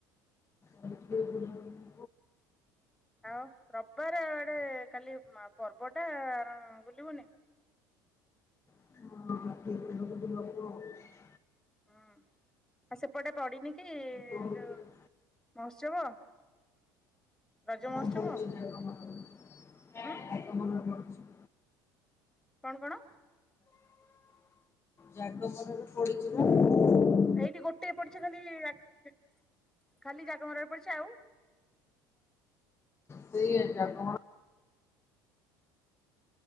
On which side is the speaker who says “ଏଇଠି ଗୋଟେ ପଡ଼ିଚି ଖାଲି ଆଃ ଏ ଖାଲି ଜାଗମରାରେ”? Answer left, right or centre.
Centre